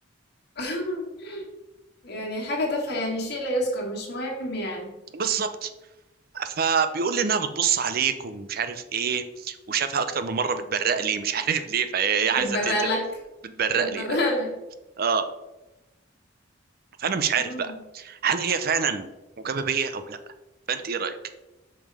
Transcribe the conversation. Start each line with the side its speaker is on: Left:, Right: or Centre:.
Left: <laughs> يعني حاجة تافهة يعني شيء لا يذكر مش مهم يعني
Right: بالظبط فبيقول لي انها بتبص عليك ومش عارف ايه وشافها اكتر من مره بتبرق لي مش <laughs> عارف ليه فهي هي عايزه
Left: بتبرق
Right: تقتل
Left: لك
Right: بتبرق
Left: بتبرق
Right: لي اه
Left: <laughs> لك
Right: اه فانا مش عارف
Left: مم.
Right: بقى هل هي فعلا معجبه بيا او لا فانت ايه رايك